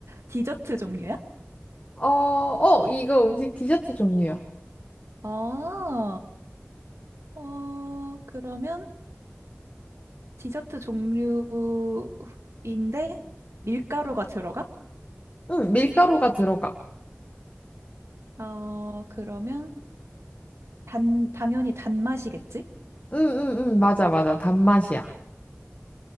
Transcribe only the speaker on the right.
디저트 종류야?
아, 어, 그러면 디저트 종류인데 밀가루가 들어가?
어, 그러면 단, 당연히 단맛이겠지?